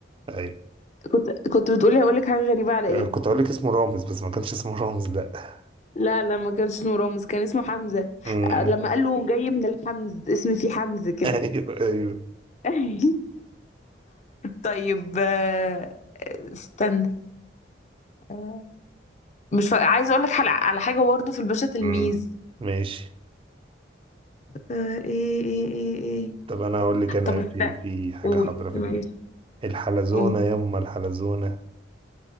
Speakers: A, on the right; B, on the left.
A: ايوه
B: كنت كنت بتقولي هقول لك حاجة غريبة على
A: آه،
B: ايه
A: كنت هقول لك اسمه رامز بس ما كانش اسمه رامز لا <laughs>
B: لا لا ما كانش اسمه رامز كان اسمه حمزة
A: أمم،
B: آه، لما قال له جاي من الحمز اسم فيه حمز كده
A: ايوه ايوه
B: <laughs> طيب آه، استنى آه، مش فا... عايزه اقول لك على على حاجه برضه في الباشا تلميذ
A: أمم، ماشي
B: آه، ايه ايه ايه ايه
A: طب انا هقول لك انا
B: طب استنى
A: في في حاجة
B: قول
A: حاضرة في
B: ماشي
A: دماغي الحلزونة
B: قول
A: يما الحلزونة